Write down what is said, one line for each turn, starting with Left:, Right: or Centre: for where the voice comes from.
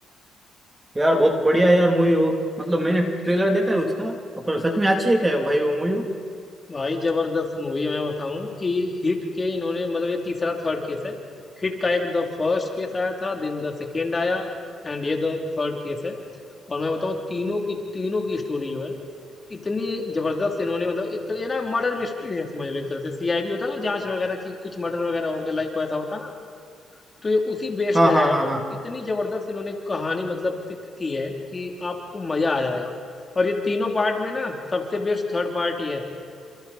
Right: यार बहुत बढ़िया है यार मूवी वो मतलब मैंने ट्रेलर देखा है उसका पर सच में अच्छी है क्या भाई वो मूवी वो
Left: भाई जबरदस्त मूवी है मैं बताऊं कि हिट के इन्होंने मतलब ये तीसरा थर्ड केस है हिट का एक द फर्स्ट केस आया था देन द सेकेंड आया एंड ये द थर्ड केस है और मैं बताऊं तीनों की तीनों की स्टोरी जो है इतनी जबरदस्त इन्होंने मतलब एक तरह ये ना मर्डर मिस्ट्री है समझ लो एक तरह से सीआईबी होता है ना जांच वगैरह की कुछ मर्डर वगैरह हो गया लाइक वैसा होता है ना तो ये उसी बेस्ड
Right: हाँ
Left: है
Right: हाँ हाँ
Left: और
Right: हाँ
Left: इतनी जबरदस्त इन्होंने कहानी मतलब पिक की है कि आपको मजा आ जाएगा और ये तीनों पार्ट में ना सबसे बेस्ट थर्ड पार्ट ही है